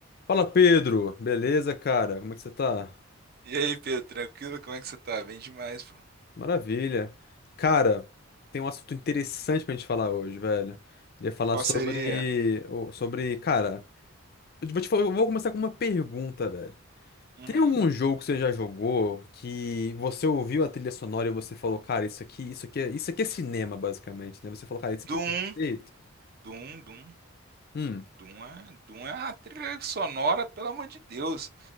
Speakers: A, on the left; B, on the right.
A: Fala, Pedro. Beleza, cara? Como é que você tá?
B: E aí, Pedro, tranquilo? Como é que você tá? Bem demais, pô.
A: Maravilha. Cara, tem um assunto interessante pra gente falar hoje, velho. Queria falar
B: Qual
A: sobre,
B: seria?
A: o- sobre, cara, eu vou te fa- eu vou começar com uma pergunta, velho.
B: Uhum.
A: Tem algum jogo que você já jogou que você ouviu a trilha sonora e você falou, cara, isso aqui, isso aqui, é- isso aqui é cinema, basicamente, né? Você falou, cara, isso aqui
B: Doom,
A: é perfeito.
B: Doom, Doom,
A: Hum,
B: Doom é, Doom é a trilha sonora, pelo amor de Deus.